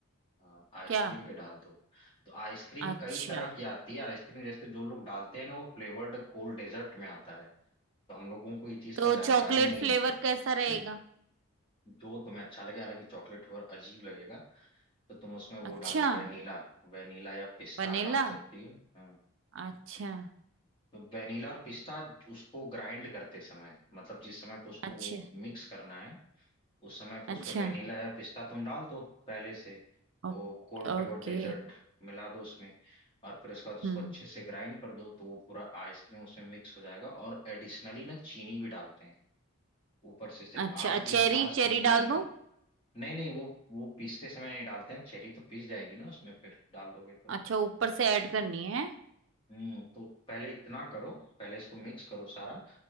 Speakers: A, on the left; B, on the right.
A: हाँ आइसक्रीम
B: क्या
A: भी डाल दो तो आइसक्रीम
B: अच्छा
A: कई तरह की आती है आइसक्रीम जैसे जो लोग डालते हैं ना वो फ्लेवर्ड कोल्ड डेजर्ट में आता है तो हम लोगों को ये चीज़
B: तो
A: का जानकारी
B: चॉकलेट
A: नहीं होता
B: फ्लेवर कैसा रहेगा
A: <clears throat> जो तुम्हें अच्छा लगे हालांकि चॉकलेट फ्लेवर अजीब लगेगा तो तुम उसमें वो
B: अच्छा
A: डालो वेनिला वेनिला या पिस्ता
B: वनीला
A: डाल सकती हो हाँ
B: अच्छा
A: तो वेनिला और पिस्ता उसको ग्राइंड करते समय मतलब जिस समय पे उसको
B: अच्छा
A: मिक्स करना है उस समय पे
B: अच्छा
A: उस पे वेनिला या पिस्ता तुम डाल दो पहले से
B: Okay
A: वो कोल्ड फ्लेवर
B: okay
A: डेजर्ट मिला दो उसमें और फिर उसके बाद उसको
B: हम्म
A: अच्छे से ग्राइंड कर दो तो वो पूरा आइसक्रीम उसमें मिक्स हो जाएगा और एडिशनली ना चीनी भी डालते हैं ऊपर से सिर्फ
B: अच्छा
A: आम
B: अच्छा,
A: की
B: चेरी
A: मिठास
B: चेरी
A: पे नहीं
B: डाल
A: <laughs> रहना
B: दूं
A: नहीं नहीं वो वो पीसते समय नहीं डालते हैं चेरी तो पीस जाएगी ना उसमें फिर डाल दोगे तो
B: अच्छा ऊपर से ऐड करनी है
A: हम्म तो पहले इतना करो पहले इसको मिक्स करो सारा
B: हम्म